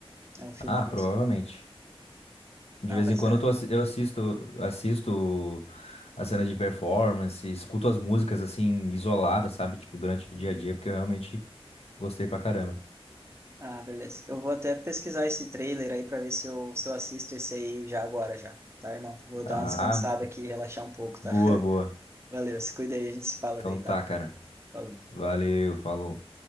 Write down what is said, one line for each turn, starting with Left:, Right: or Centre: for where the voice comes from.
Right: É um filme
Left: Ah,
Right: muito
Left: provavelmente.
Right: da hora.
Left: De
Right: Ah,
Left: vez
Right: mas
Left: em quando
Right: é.
Left: eu, tô, assi- eu assisto, assisto as cenas de performance, escuto as músicas assim, isoladas, sabe? Tipo, durante o
Right: Uhum.
Left: dia a dia, porque eu realmente gostei pra caramba.
Right: Ah, beleza. Eu vou até pesquisar esse trailer aí pra ver se eu, se eu assisto esse aí já agora já, tá, irmão? Vou dar
Left: Hum.
Right: uma descansada
Left: Ah,
Right: aqui e relaxar um pouco, tá?
Left: boa,
Right: <laughs>
Left: boa.
Right: Valeu, se cuida aí, a gente se fala
Left: Então
Right: daí,
Left: tá,
Right: tá?
Left: cara.
Right: Falou.
Left: Valeu, falou.